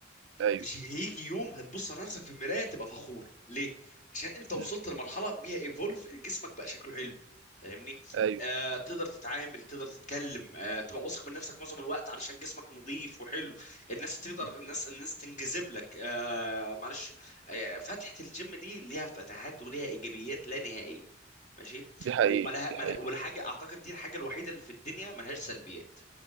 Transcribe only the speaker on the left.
مش هيجي يوم هتبص على نفسك في المرايه تبقى فخور ليه عشان انت وصلت
لمرحله بيها ايفولف جسمك بقى شكله حلو فاهمني
آه تقدر تتعامل تقدر تتكلم آه تبقى واثق من نفسك معظم الوقت علشان جسمك نظيف وحلو الناس تقدر
الناس الناس تنجذب لك آه معلش آه فتحة الجيم دي ليها فتحات وليها ايجابيات لا نهائيه ماشي
وملها
ملها
ولا حاجه اعتقد دي الحاجه الوحيده اللي في الدنيا ملهاش سلبيات